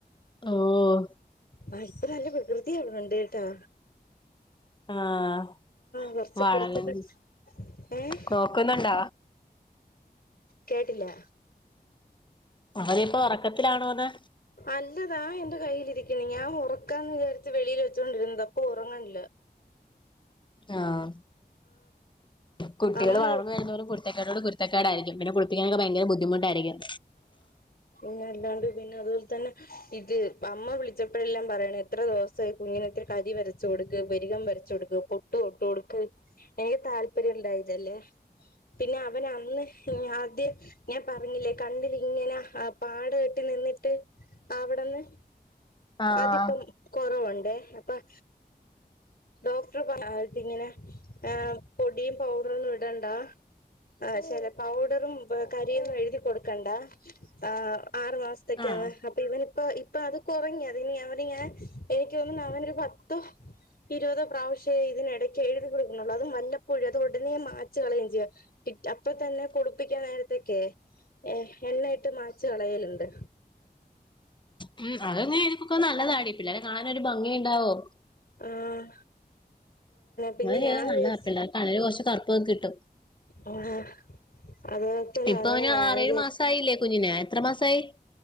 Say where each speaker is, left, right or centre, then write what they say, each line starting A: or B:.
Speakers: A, on the left; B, on the left.
A: ഓഹ്
B: ആ ഇപ്പ നല്ല കൃത്യ ഇവിടൊണ്ട് ട്ടാ.
A: ആഹ്
B: കൊറച്ച്
A: വാളൻ
B: കുരുത്തക്കെ ഏഹ്
A: കോക്കുന്നുണ്ട?
B: കേട്ടില്ല
A: അവനിപ്പ ഒറക്ക ത്തിലാണോന്ന്
B: അല്ല ദാ എന്റെ കയ്യിലിരിക്ക്ണ് ഞാൻ ഉറക്കാന്ന് വിചാരിച്ച് വെളിയില് വെച്ചൊണ്ടിരുന്നത ഇപ്പൊ ഒറങ്ങ്ല്ല
A: ആഹ് കുട്ടികള്
B: അമ്മ
A: വളർന്ന് വരുന്തോറും കുരുത്ത കേടുകള് കുരു ത്തക്കേടായിരിക്കും പിന്നെ കുളിപ്പിക്കാനൊക്കെ ഭയങ്കര ബുദ്ധിമുട്ടായിരിക്കും
B: പിന്ന അല്ലാണ്ട് പിന്നെ അതുപോലെ തന്നെ ഇത് അമ്മ വിളിച്ചപ്പഴെല്ലാം പറയണ് എത്ര ദിവസായി കുഞ്ഞിന് ഇത്തിരി കരി വരച്ച് കൊടുക്ക് പിരികം വരച്ച് കൊടുക്ക് പൊട്ട് തൊട്ട് കൊടുക്ക് എനിക്ക് താല്പര്യം ഇണ്ടായില്ലല്ലേ പിന്നെ അ അവന് അന്ന് ആദ്യം ഞാൻ പറഞ്ഞില്ലേ കണ്ണിലിങ്ങന ആ പാട് കെട്ടി നിന്നിട്ട് അവിട്ന്ന്
A: ആഹ്
B: അതിപ്പം കൊറവു ണ്ടേ അപ്പം ഡോക്ടറ് പറഞ്ഞാണ്ടിങ്ങനെ ആഹ് പൊടിം പൗഡറൊന്നും ഇടണ്ട ആ ചെല പൗഡറും കരിന്നും എഴുതി കൊടുക്കണ്ട ആ ആറ് മാസത്തേക്കാണ്
A: ആഹ്
B: അപ്പൊ ഇവന് ഇപ്പ ഇപ്പ അത് കൊറഞ് അത് ഇനി അവന് ഞാൻ എനിക്ക് തോന്നുന്നു അവനൊരു പത്തു ഇരുപതോ പ്രാവശ്യേ ഇതിനെടയ്ക്ക് എഴുതി കൊടുക്കുന്നൊള്ളൂ അതും വല്ലപ്പോഴും അത് ഉടനെ മാച്ച് കളയും ചെയ്യും അപ്പൊ തന്നെ കുളിപ്പിക്കാൻ നേരത്തെക്കെ ഏഹ് എണ്ണയിട്ട് മാച്ച് കളയല്ണ്ട്
A: ഉം അതങ്ങനെ എഴുതികുക്ക നല്ലതാടി പിള്ളേരെ കാണാനൊരു ഭംഗിയുണ്ടാവും
B: ആഹ് പിന്നെ
A: അങ്ങനെ ചെയ്താ
B: ഞാൻ
A: നല്ലതാ
B: വിചാരിച്ച്
A: പിള്ളാർക്ക് കണ്ണിന് കൊറച്ച് കറുപ്പ്ക്കെ കിട്ടും
B: ആഹ് അത്പോലെതന്നെ
A: ഇപ്പൊ
B: എങ്ങനെ
A: അവന് ആറേഴ്
B: ആയത്
A: മാസായില്ലേ കുഞ്ഞിന് എത്ര മാസായി